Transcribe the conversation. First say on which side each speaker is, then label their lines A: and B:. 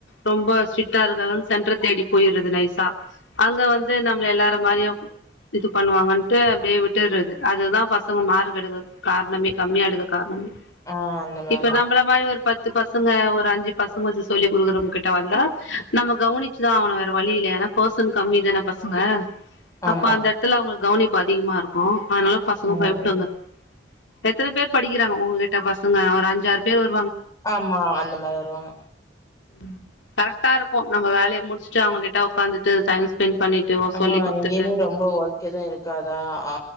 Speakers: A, on the left (about 85°); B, on the left (about 20°).
A: ரொம்ப ஸ்ரிக்டா இருக்காங்க சென்டர தேடி போய்றது நைசா அங்க வந்து நம்ள எல்லார மாரியு இது பண்ணுவாங்கன்ட்டு அப்டே விட்டுறது அதுதா பசங்க மாருக்கு எடுக்க கார்ணமே கம்மியா எடுக்க கார்ணமே
B: ஆ அந்த மாரி
A: இப்ப
B: தான்.
A: நம்பள மாரி ஒரு பத் பத்து பசங்க ஒரு அஞ்சு பசங்க வச்சு சொல்லி் கொடுக்குறவங்க கிட்ட வந்தா நம்ம கவனிச்சுதா அவனு வேற வழி இல்ல ஏனா பர்சன் கம்மி தான பசங்க
B: ஆமா.
A: அப்ப அந்த எத்துல அவுங்களு கவனிப்பு அதிகமா இருக்கோ அதனால பசங்க
B: ம்.
A: பயப்புடுவங்க எத்தன பேர் படி டிகிறாங்க உங்ககிட் ட பசங்க ஒரு அஞ்சாறு பேர் வ
B: ஆமா அந்த மாரி வருவாங்க
A: ம் கரெக்டா இருக்கு நம்ம வேலைய முடுச் சு அவுங்க கிட்ட உக்காந்துட்டு டைம் ஸ்பெண்ட் பண்ணிட்டு
B: ஆமா
A: சொல்லி குடுத்துட்டு
B: இங்யுமே ரொம்ப ஒர்க் எது இருக்காதா ஆ